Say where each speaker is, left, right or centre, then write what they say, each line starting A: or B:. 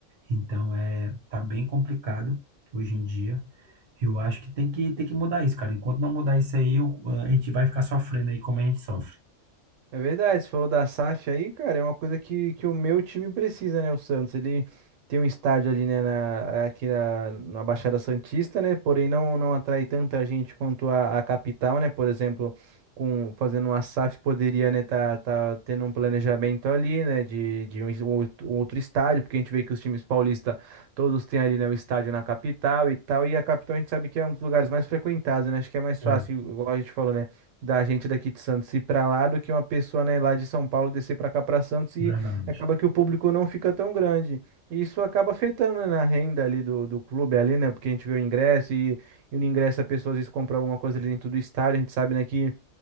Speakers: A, on the right; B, on the right.
A: Então, é, tá bem complicado hoje em dia. Eu acho que tem que, tem que mudar isso, cara. Enquanto não mudar isso aí, eu- a gente vai ficar sofrendo aí como a gente sofre.
B: É verdade, se for da SAF aí, cara, é uma coisa que, que o meu time precisa, né? O Santos, ele tem um estádio ali, né, na- aqui na, na Baixada Santista, né? Porém, não, não atrai tanta gente quanto a, a capital, né? Por exemplo, com, fazendo uma SAF poderia, né, tá, tá tendo um planejamento ali, né, de, de um, es- um outro um outro estádio, porque a gente vê que os times paulistas todos têm ali, né, o estádio na capital e tal, e a capital a gente sabe que é um dos lugares mais frequentados, né? Acho que é mais
A: É,
B: fácil, igual a gente falou, né? da gente daqui de Santos ir para lá do que uma pessoa, né, lá de São Paulo descer para cá para Santos e
A: verdade.
B: acaba que o público não fica tão grande. E isso acaba afetando, né, na renda ali do, do clube ali, né? Porque a gente vê o ingresso e, e no ingresso a pessoa às vezes compra alguma coisa ali dentro do estádio, a gente sabe, né, que